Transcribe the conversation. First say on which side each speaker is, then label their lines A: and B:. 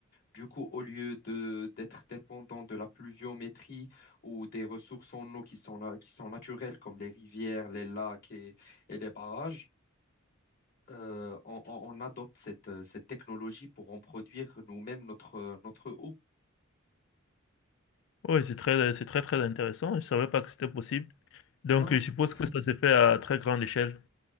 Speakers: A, on the left (about 45°); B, on the left (about 65°).
A: Du coup, au lieu de d'être dépendant de la pluviométrie ou des ressources en eau qui sont, na- qui sont naturelles, comme les rivières, les lacs et, et les barrages, euh, on, on- on adopte cette, euh, cette technologie pour en produire nous-mêmes notre, euh, notre eau.
B: Oui, c'est très, c'est très, très intéressant. Je ne savais pas
A: Mm.
B: que c'était possible. Donc,
A: Non, non,
B: euh,
A: si,
B: je suppose
A: si.
B: que ça se fait à très grande échelle.